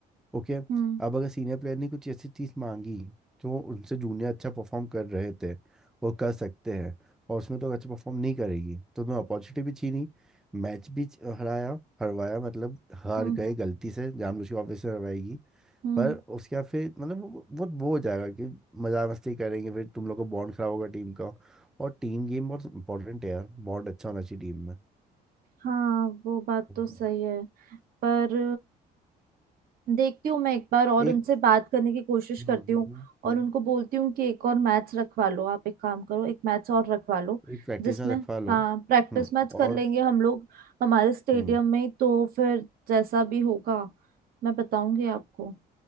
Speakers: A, in the centre; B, on the right (about 60°).
A: ओके अब
B: हम्म
A: अगर सीनियर प्लेयर ने कुछ ऐसी चीज़ मांगी जो उनसे जूनियर अच्छा परफॉर्म कर रहे थे और कर सकते हैं और उसमें तो अच्छा परफॉर्म नहीं करेगी तो उन्होंने अपॉर्चुनिटी भी छीनी मैच भी च- हराया हरवाया मतलब हार
B: हम्म
A: गए गलती से जानबूझ के वापस से हरवाएगी
B: हम्म
A: पर उसके बाद फिर मतलब वो बहुत वो हो जाएगा कि मजा मस्ती करेंगे फिर तुम लोग का बॉन्ड खराब होगा टीम का और टीम गेम बहुत इंपॉर्टेंट है यार बॉन्ड अच्छा होना चाहिए टीम में
B: हाँ वो बात
A: हम्म
B: तो सही है पर देखती हूँ मैं एक बार और
A: एक
B: उनसे बात करने की कोशिश
A: हम्म
B: करती
A: हम्म
B: हूँ
A: हम्म
B: और
A: हम्म,
B: उनको बोलती हूँ कि एक और मैथ्स रखवा लो आप एक काम करो एक मैथ्स और रखवा लो
A: एक प्रैक्टिस
B: जिसमें
A: में रखवा लो
B: हाँ प्रैक्टिस
A: हम्म
B: मैच कर
A: और
B: लेंगे हम लोग हमारे स्टेडियम
A: हम्म
B: में ही, तो फिर जैसा भी होगा मैं बताऊंगी आपको